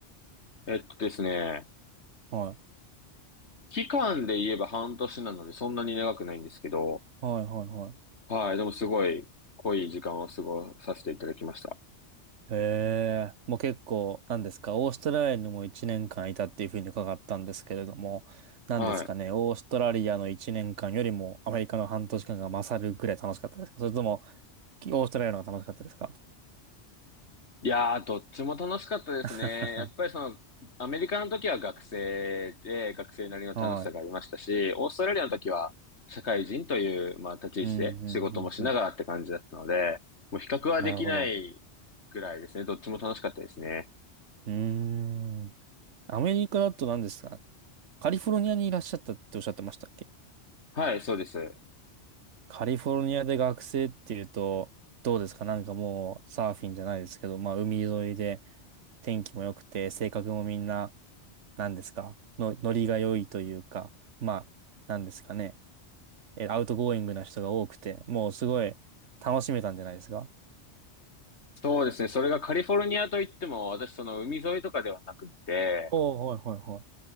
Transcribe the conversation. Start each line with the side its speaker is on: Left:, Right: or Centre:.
Left: えっとですね、
Right: はい。
Left: 期間で言えば半年なので、そんなに長くないんですけど、
Right: はいはいはい。
Left: はい、でもすごい濃い時間を過ごさせていただきました。
Right: へえもう結構、なんですか、オーストラリアにも1年間いたっていうふうに伺ったんですけれども、なんですかね、
Left: はい。
Right: オーストラリアの1年間よりもアメリカの半年間が勝るぐらい楽しかったですかそれとも、オーストラリアの方が楽しかったですか
Left: いやー、どっちも楽しかったですね。
Right: <laughs>
Left: やっぱりその、アメリカの時は学生で、学生なりの楽しさがありましたし、
Right: はい。
Left: オーストラリアの時は社会人という、まあ、立ち位置で仕事もしながらって感じだったので、
Right: うん、うん、うん、うん。
Left: もう比較はできないぐらいですね。
Right: なるほど。
Left: どっちも楽しかったですね。
Right: うーん。アメリカだと何ですかカリフォルニアにいらっしゃったっておっしゃってましたっけ
Left: はい、そうです。
Right: カリフォルニアで学生っていうと、どうですかなんかもうサーフィンじゃないですけど、まあ海沿いで天気も良くて、性格もみんな、何ですかの、ノリが良いというか、まあ、何ですかね。え、アウトゴーイングな人が多くて、もうすごい楽しめたんじゃないですか
Left: そうですね。それがカリフォルニアといっても、私その海沿いとかではなくって、
Right: おおー、はいはいはい。